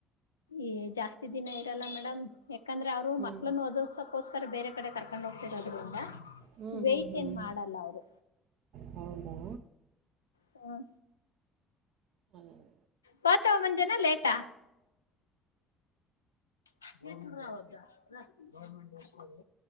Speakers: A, on the left (about 80°); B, on the right (about 60°).
A: ಏ ಜಾಸ್ತಿ ದಿನ ಇರಲ್ಲ ಮೇಡಮ್. ಯಾಕಂದ್ರೆ ಅವ್ರು
B: ಹ್ಮ್
A: ಮಕ್ಳನ್ನು ಓದಸಕೋಸ್ಕರ ಬೇರೆ ಕಡೆ ಕರ್ಕೊಂಡ್ ಹೋಗ್ತಿರೋದ್ರಿಂದ.
B: ಹ್ಮ್
A: ವೈಟ್
B: ಹ್ಮ್ ಹ್ಮ್
A: ಏನ್ ಮಾಡಲ್ಲ ಅವ್ರು.
B: ಹೌದಾ
A: ತೆಯ.
B: ಪನಂಗ.
A: ಪತವ್ಮಂಜೇನಾ ಲೇಟಾ. <unintelligible>